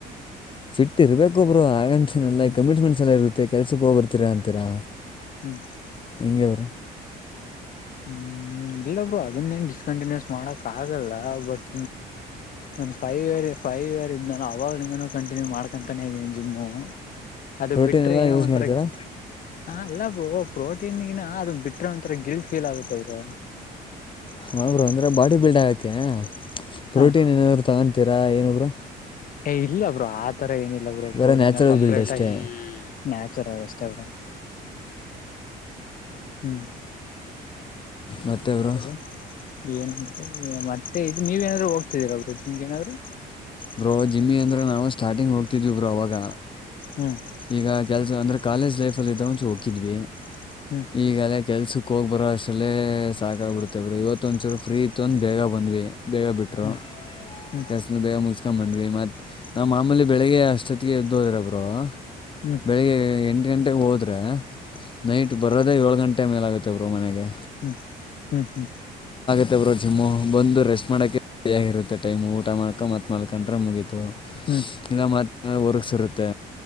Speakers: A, on the left; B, on the left.
A: ಫಿಟ್ ಇರಬೇಕೊಬ್ರು ಆಗಂತೆಲ್ಲ
B: ಹ್ಮ್
A: ಕಮಿಟ್ಮೆಂಟ್ಸ್ ಎಲ್ಲ ಇರುತ್ತೆ ಕೆಸಕ್ಕೆ ಹೋಗ ಬರ್ತೀರಾ ಅಂತೀರಾ
B: ಹ್ಮ <inaudible>
A: ಅಂಗರು
B: ಹ್ಮ ಇಲ್ಲ ಬರು ಅದನ್ನೇನ್ ಡಿಸ್ಕಂಟಿನ್ಯೂಸ್ ಮಾಡಕ್ ಆಗಲ್ಲ ಬಟ್ ಒಂದು ಫೈವ್ ಇರ್ ಫೈವ ಕೈವಾರ ಇದ ನಾನು ಅವವಾಗಲಿಂದನು ಕಂಟಿನ್ಯೂ ಮಾಡ್ಕೊಂತಾನೇ ಇದೀನಿ ಜಿಮ್ಮು ಅದ
A: ಪ್ರೋಟೀನ್
B: ಬಿಟರೆೆ
A: ಎಲ್ಲ
B: ಏನೋ
A: ಯೂಸ್
B: ಒಂಥರ
A: ಮಾಡ್ತೀರಾ
B: ಹ ಅಲ್ಲ ಬರು ಪ್ರೋಟೀನ್ಗಿನ ಅದನ್ನ ಬಿಟ್ರೆ ಒಂಥರ ಗಿಲ್ಟ್ ಫೀಲ್ ಆಗುತ್ತೆ ಬರು
A: ಹರು ಅಂದ್ರೆ ಬಾಡಿ ಬಿಲ್ಡ್ ಆಗೋಕ್ಕೆ ಪ್ರೋಟೀನ್
B: ಹಾ
A: ಏನಾದ್ರು ತಗೊತೀರಾ ಏನೊಬ್ರು
B: ಏ ಇಲ್ಲ ಅವ್ರರು ಆ ತರ ಏನಿಲ್ಲ ಅವರು
A: ಬರೀ
B: ಪ್ರೋಟೀನ
A: ನ್ಯಾಚುರಲ್
B: ಸಪ್ರೇಟಾಗಿ
A: ಬಿಲ್ಡ್ ಅಷ್ಟೇ
B: ನ್ಯಾಚುರಲ್ ಅಷ್ಟೆ ಅವರು ಹ್ಮ್ <unintelligible>
A: ಮತ್ತೆ ಬ್ರೋ
B: ಮಟ ಏನ ಬರು ಮತ್ತೆ ಇದು ನೀವೇಏನಾದರೂ ಹೋಗ್ತಿದ್ದೀರಾ ಬರು ನಿಮ್ಗೇಏನಾದರೂ
A: ಬ್ರೋ ಜಿಮ್ಮಿ ಅಂದ್ರೆ ನಾವು ಸ್ಟಾರ್ಟಿಂಗ್ ಹೋಗ್ತಿದ್ವಿ ಬ್ರೋ ಅವಾಗ
B: ಹ್ಮ್
A: ಈಗ ಕೆಲಸ ಅಂದ್ರೆ ಕಾಲೇಜ್ ಲೈಫಲ್ಲಿ ಇದ್ದ ಒಂಚು ಹೋಗಿದ್ವಿ
B: ಹ್ಮ್
A: ಈಗಲೇ ಕೆಲ್ಸಕ್ಕೆ ಕ ಹೋಗಿ ಬರೋ ಅಸಲ್ಲೇ ಸಾಕಾಗಾಗಿ್ಬಿಡ್ುತ್ತೆ ಬರು ಇವತ್ತು ಒಂದುಚೂರು ಫ್ರೀ ಇತ್ತು ಅಂದು ಬೇಗ ಬಂದ್ವಿ ಬೇಗ ಬಿಟ್ಟರು
B: ಹ್ಮ್ ಹ್ಮ್
A: ಗ್ಯಸ್ನ್ನ ಬೇಗ ಮುಗಿಸ್ಕೊಂಡ್ ಬಂದ್ವಿ ಮತ್ತು ನಾವು ಮಾಮೂಲಿ ಬೆಳಿಗ್ಗೆ ಅಷ್ಟೊತ್ತಿಗೆ ಎದ್ದು ಹೋದ್ರಬರು
B: ಹ್ಮ್
A: ಬೆಳಿಗ್ಗೆ ಎಂಟು ಗಂಟೆಗೆ ಹೋದ್ರೆ ನೈಟ್ ಬರೋದೇ ಏಳು ಗಂಟೆ ಮೇಲಾಗುತ್ತೆ ಬ್ರೋ ಮನೆಗೆ
B: ಹ್ಮ ಹ್ಮ್ ಹ್ಮ
A: ಮತ್ತಬ್ರು ಜಿಮ್ಮು ಬಂದು ರೆಸ್ಟ್ ಮಾಡೋಕ ರ ಆಾಗಿಿರುತ್ತೆ ಟೈಮ್ ಊಟ ಮಾಡಕ ಮತ್ ಮಲ್ಕಂ್ರೆ ಮುಗೀತು
B: ಹ್ಮ್
A: ಇಲ್ಲತ್ರ ವರ್ಸರುತ್ತೆ